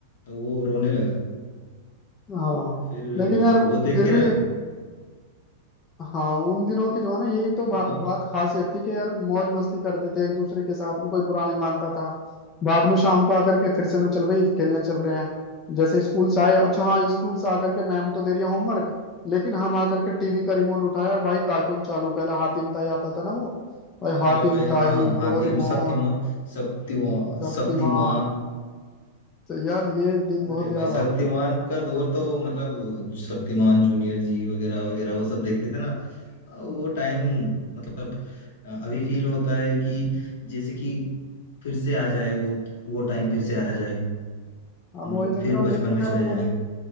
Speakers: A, on the left; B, on the left.
A: तो वो रोने लगा
B: हाँ
A: फिर
B: लेकिन यार
A: वो देख
B: फिर
A: के
B: भी
A: ना
B: हाँ उन दिनों की जो है ना यही तो बा,
A: हाँ
B: बात खासियत थी कि यार मौज मस्ती करते थे एक दूसरे के साथ में कोई बुरा नहीं मानता था बाद में शाम को आकर के फिर से ना चल भाई खेलने चल रहे हैं जैसे स्कूल से आए अच्छा हाँ स्कूल से आकर के मैम तो दे रही है होमवर्क लेकिन हम आकर के टीवी का रिमोट उठाया और भाई कार्टून चालू पहला हातिम ताई आता था ना वो भाई हातिम
A: अरे भाई
B: ताई
A: हाँ हातिम
B: डोरेमोन
A: शक्तिमान शक्तिमान
B: शक्तिमान
A: शक्तिमान
B: तो यार ये दिन
A: अरे
B: बहुत
A: भाई
B: याद
A: शक्तिमान
B: आते हैं
A: का दौर तो मतलब शक्तिमान जूनियर जी वगैरह वगैरह वो सब देखते थे ना आ, वो टाइम मतलब आ, अभी फील होता है कि जैसे कि फिर से आ जाए वो वो टाइम फिर से आ जाए
B: हम
A: हम
B: वही
A: लोग
B: तो कह
A: फिर
B: रहा हूँ
A: बचपन
B: लेकिन
A: में
B: यार
A: चले
B: वो
A: जाएं
B: दिन